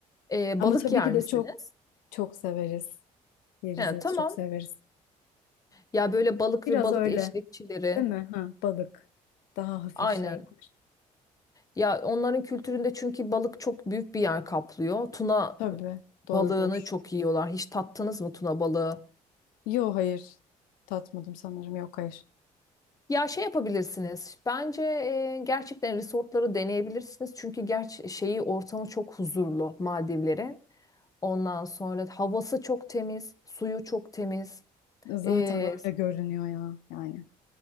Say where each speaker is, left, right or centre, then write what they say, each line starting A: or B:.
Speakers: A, on the left; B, on the left.
A: e,
B: Ama
A: balık
B: tabii
A: yer
B: ki de
A: misiniz?
B: çok çok severiz. Yeriz
A: Ha,
B: yeriz
A: tamam.
B: çok severiz.
A: Ya böyle balık
B: Biraz
A: ve balık
B: öyle
A: eşlikçileri.
B: değil mi? Ha, balık. Daha hafif
A: Aynen.
B: şeyler.
A: Ya onların kültüründe çünkü balık çok büyük bir yer kaplıyor. Tuna
B: Tabii doğrudur.
A: balığını çok yiyorlar. Hiç tattınız mı tuna balığı?
B: Yok hayır. Tatmadım sanırım. Yok hayır.
A: Ya şey yapabilirsiniz. Bence e, gerçekten resortları deneyebilirsiniz. Çünkü gerçi şeyi ortamı çok huzurlu Maldivlerin. Ondan sonra havası çok temiz, suyu çok temiz.
B: Zaten
A: E,
B: öyle görünüyor ya yani.